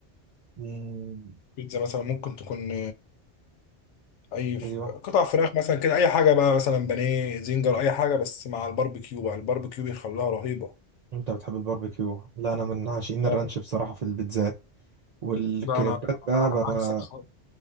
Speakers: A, on the right; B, on the left.
A: مم،
B: بيتزا مثلا ممكن تكون اي ف-
A: أيوه
B: قطع فراخ مثلا كده اي حاجه بقى مثلا بانيه زنجر اي حاجه بس مع الباربيكيو بقى الباربيكيو بيخليها رهيبه
A: أنت بتحب الباربيكيو لا أنا من عاشقين
B: اه
A: الرانش بصراحة في البيتزات والكريبات
B: ده انا
A: بقى
B: عكسك
A: بقى-
B: خالص